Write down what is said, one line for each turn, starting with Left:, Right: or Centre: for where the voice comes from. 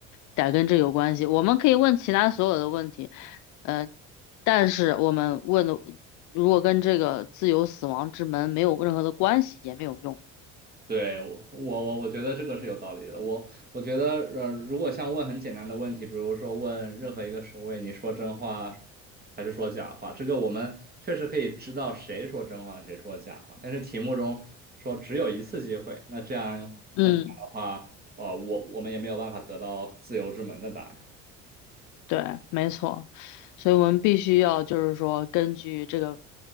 Left: 得跟这有关系。我们可以问其他所有的问题，呃，但是我们问的如果跟这个自由死亡之门没有任何的关系也没有用。
Right: 对，我我我我觉得这个是有道理的。我我觉得，呃，如果像问很简单的问题，比如说问任何一个守卫，你说真话还是说假话，这个我们确实可以知道谁说真话，谁说假话。但是题目中说只有一次机会，那这样的
Left: 嗯。
Right: 话，哦，我我们也没有办法得到自由之门的答案。
Left: 对，没错，所以我们必须要就是说，根据这个